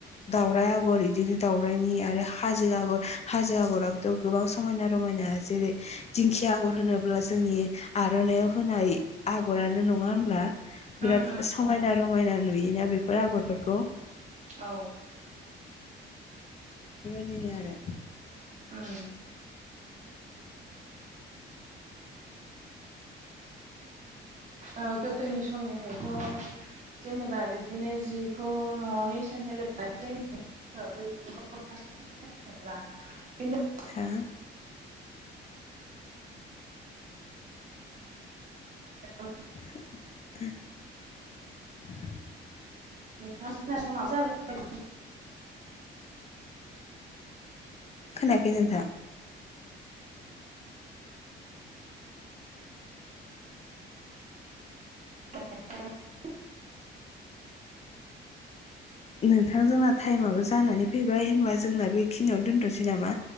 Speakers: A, on the left; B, on the right.
A: दावराय आगर बिदिनो दाउरायनि आरो हाजो आगर हाजो आगराबोथ' गोबां समायना रमायना समायना जेरै दिंखिया आगर होनोब्ला जोंनि आर'नायाव होनाय आगरानो नङा। नङा होमब्ला? बिराद
B: उम उम
A: समायना
B: उम
A: रमायना नुयोना बेफोर आगरफोरखौ ।
B: औ
A: बिदिनो आरो।
B: ओ ओ गोदोनि समनिफ्रायथ' । जेनेबा बिब्दिनो जिखौ न'आवनो इसानसालि <inaudible>
A: हा
B: <unintelligible>
A: <inaudible>
B: <unintelligible>
A: खोनायाखै नोंथां?
B: <unintelligible>
A: नोंथां जोंना टाइमाबाबो जानानै फैबाय होनब्ला जोंना बेखिनियावनो दोनथ'नोसै नामा?